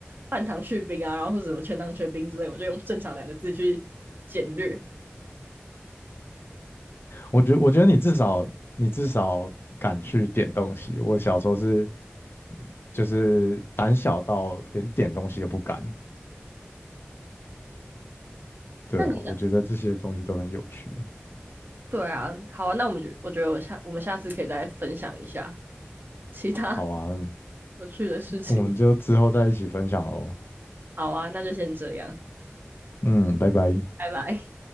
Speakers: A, on the right; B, on the left.
A: 半糖去冰啊，然后是什么全糖全冰之类，我就用正常两个字去简略。
B: 我觉我觉得你至少你至少敢去点东西，我小时候是就是胆小到连点东西都不敢。对啊，
A: 那你想，
B: 我觉得这些东西都很有趣。
A: 对啊，好啊，那我们就我觉得我下我们下次可以再分享一下其他
B: 好啊，
A: <laughs> 有趣的事情。
B: 我们就之后再一起分享喽。
A: 好啊，那就先这样，
B: 嗯，拜拜。
A: 拜拜。